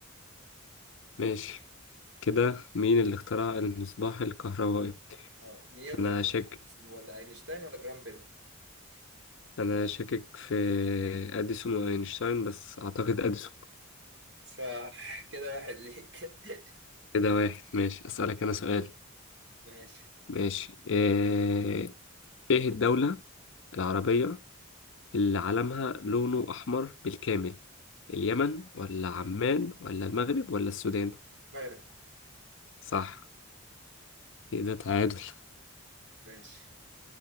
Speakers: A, on the left; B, on the right.
A: ماشي كده مين اللي اخترع المصباح الكهربائي
B: آه، نيوتن
A: انا شاك
B: أديسون ولا اينشتاين ولا جراهام بيل
A: انا شاكك في اديسون واينشتاين بس اعتقد اديسون
B: صح كده واحد ليك <laughs>
A: كده واحد ماشي اسألك انا سؤال
B: ماشي
A: ماشي ايه إيه الدولة العربية اللي علمها لونه احمر بالكامل اليمن ولا عمان ولا المغرب ولا السودان
B: مغرب
A: صح كده تعادل
B: ماشي